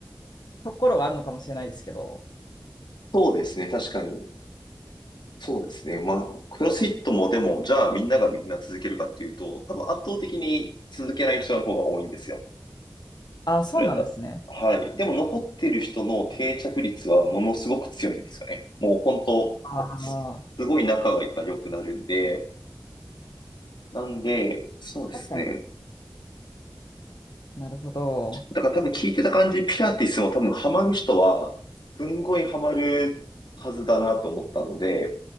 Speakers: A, on the left; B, on the left.
A: ところがあるのかもしれないですけど、
B: そうですね、確かに。そうですね。まあ、クロスフィットもでも、じゃあみんながみんな続けるかっていうと、多分圧倒的に続けない人の方が多いんですよ。
A: ああ、
B: それはた、
A: そうなんですね。
B: はい。でも残ってる人の定着率はものすごく強いんですよね。もう本当、
A: ああ、
B: すすごい仲が良くなるんで、なんで、そうですね。
A: 確かに。なるほど。
B: だから多分聞いてた感じ、ピラティスも多分ハマる人は、すんごいハマるはずだなと思ったので、